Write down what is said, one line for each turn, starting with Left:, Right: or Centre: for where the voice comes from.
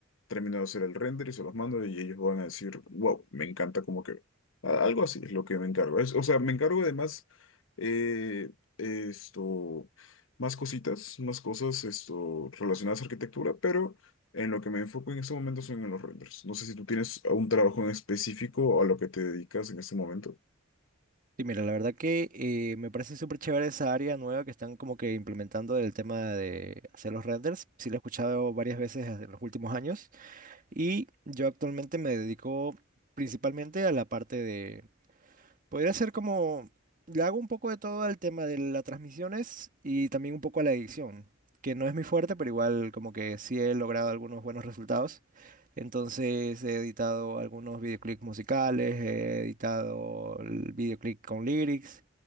Left: termino de hacer el render y se los mando y ellos van a decir, wow, me encanta como que a- algo así es lo que me encargo. Es, o sea, me encargo además eh, esto, más cositas, más cosas esto, relacionadas a arquitectura, pero... En lo que me enfoco en este momento son en los renders. No sé si tú tienes un trabajo en específico a lo que te dedicas en este momento.
Right: Sí, mira, la verdad que eh, me parece súper chévere esa área nueva que están como que implementando del tema de hacer los renders. Sí, lo he escuchado varias veces en los últimos años. Y yo actualmente me dedico principalmente a la parte de Podría ser como, le hago un poco de todo al tema de las transmisiones y también un poco a la edición, que no es muy fuerte, pero igual como que sí he logrado algunos buenos resultados. Entonces he editado algunos videoclips musicales, he editado el videoclip con lyrics,